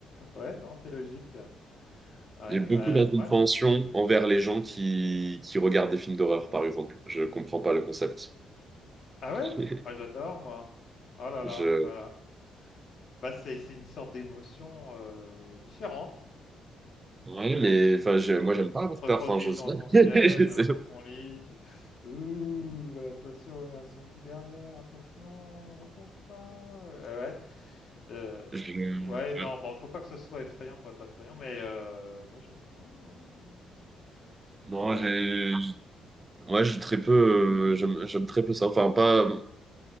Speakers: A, on the left; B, on the right.
A: Ouais, non, c'est logique. Ouais, ouais,
B: J'ai beaucoup d'incompréhension
A: ouais, m
B: envers les gens qui, qui regardent des films d'horreur, par exemple. Je comprends pas le concept.
A: ah
B: <laughs>
A: ouais? Ah j'adore moi. Oh là
B: Je,
A: là, voilà. Bah, c'est c'est une sorte d'émotion, heu, différente.
B: Oui,
A: Ça
B: mais
A: ça
B: enfin,
A: t'es
B: je, moi, j'aime pas
A: tu
B: Avatar.
A: te recroquevilles
B: Enfin, je sais
A: dans ton siège,
B: pas. <laughs> Je sais
A: heu,
B: pas.
A: dans ton lit, tu: «Ouh, attention, il y a un zombie derrière, attention, retourne-toi!» heu, ouais. Euh,
B: Je-
A: ouais,
B: ouais.
A: non, bon, faut pas que ce soit effrayant pour être effrayant, mais euh, moi j'aime bien. Ouais, ouais, ouais.
B: Non,
A: Bon,
B: j'ai, moi, j'ai très peu, euh, j'aime, j'aime très peu ça. Enfin, pas,